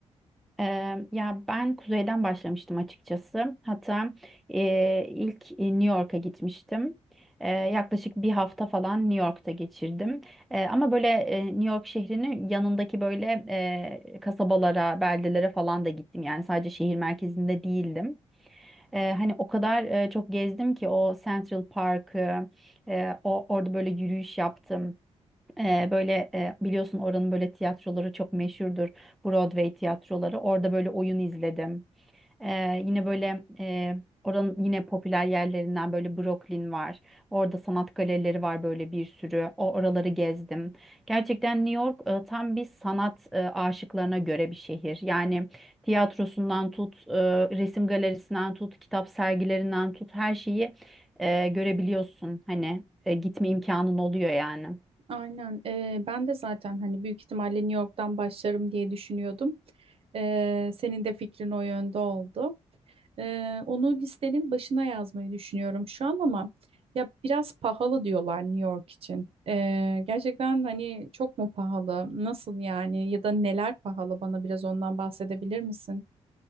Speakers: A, in the centre; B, on the right.
A: Eee, ya ben kuzeyden başlamıştım açıkçası. Hatta eee, ilk e, New York'a gitmiştim. Eee, yaklaşık bir hafta falan New York'ta geçirdim. Eee, ama böyle e, New York şehrinin yanındaki böyle eee, kasabalara, beldelere falan da gittim. Yani sadece şehir merkezinde değildim. Eee, hani o kadar e, çok gezdim ki o Central Park'ı, e, o orada böyle yürüyüş yaptım. Ee, böyle e, biliyorsun oranın böyle tiyatroları çok meşhurdur. Broadway tiyatroları. Orada böyle oyun izledim. Ee, yine böyle e, oranın yine popüler yerlerinden böyle Brooklyn var. Orada sanat galerileri var böyle bir sürü. O oraları gezdim. Gerçekten New York e, tam bir sanat e, aşıklarına göre bir şehir. Yani tiyatrosundan tut, e, resim galerisinden tut, kitap sergilerinden tut her şeyi e, görebiliyorsun. Hani e, gitme imkanın oluyor yani.
B: Aynen. Ee, ben de zaten hani büyük ihtimalle New York'tan başlarım diye düşünüyordum. Ee, senin de fikrin o yönde oldu. Ee, onu listenin başına yazmayı düşünüyorum şu an ama ya biraz pahalı diyorlar New York için. Ee, gerçekten hani çok mu pahalı? Nasıl yani? Ya da neler pahalı? Bana biraz ondan bahsedebilir misin?